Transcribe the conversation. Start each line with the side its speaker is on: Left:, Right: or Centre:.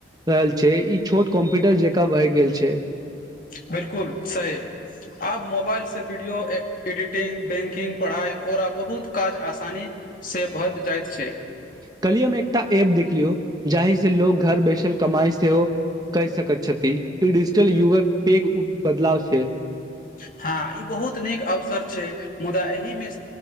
Right: रहल छै ई छोट कम्प्यूटर जेकाँ भहि गेल छै
Left: बिलकुल सही आप मोबाइल से वीडियो एडिटिंग बैंकिंग पढाई ओरा बहुत काज आसानी से भऽ जाइत छै
Right: कलियम एकटा एऐप देख लियौ जी से लोग घर बैसल कमाइ सेहो कहि सकैत छथि कि डीजिटल युगक के बदलाव छै
Left: हँ ई बहुत नीक अवसर छै मुदा एहिमे